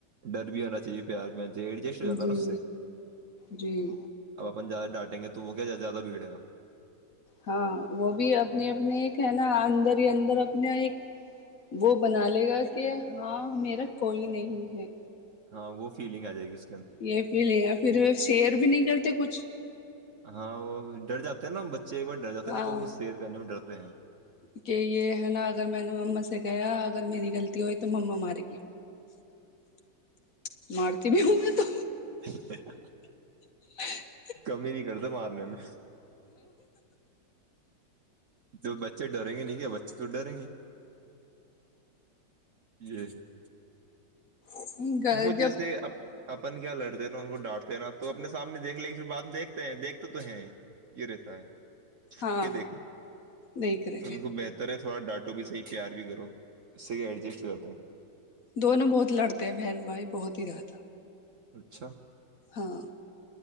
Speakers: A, on the right; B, on the left.
A: ڈر بھی ہونا چاہیے پیار بھی ہونا چاہیے ایڈجسٹ ہو جاتا
B: جی
A: نا اس سے
B: جی
A: اب اپن زیادہ ڈانٹیں گے تو وہ کیا زیادہ <unintelligible>
B: ہاں وہ بھی اپنے اپنے ایک ہے نا اندر ہی اندر اپنا ایک وہ بنا لے گا کہ ہاں میرا کوئی نہیں ہے
A: ہاں وہ فیلنگ آ جائے گی اس کے اندر
B: یہ فیل پھر شیئر بھی نہیں کرتے کچھ <unintelligible>
A: ہاں وہ ڈر جاتے ہیں نا ہم بچ چ ایک بار ڈرات
B: ہاں
A: ہے ن توھر سیر کرنے میں بھی ڈرتا ہیں <unintelligible>
B: کہ یہ ہے نا اگر میں نے مما سے گیا اگر میری غلطی تی ہوئی تو مما مار گی <unintelligible> مارتی بھی ہوں میں تو
A: ا <inaudible>
B: <inaudible>
A: کمی ہی نہیں کرتے مارنے میں تو بچے ڈریں گے نہیں کیا بچے تو ڈریں گے جی <unintelligible>
B: تو
A: وہ
B: جب
A: جیسے اب <unintelligible> اپن کیا لڑتے نا ان کو ڈانٹتے نا تو اپنے سامنے دیکھ ل پھر بعد دیکھتے ہیں دیکھتے تو ہیں یہ رہتا ہے چپ
B: ہاں
A: کے دیکھیں
B: دیکھ رہے
A: تو ان
B: ہیں
A: کو بہتر ہے تھوڑا ڈانٹو بھی صحیح تیار بھی کرو اس سے کہ ایڈجسٹ ہو جاتا ہے
B: دونوں بہت لڑتے ہیں بہن بھائی بہت ہی رہات تھا
A: اچھا
B: ہاں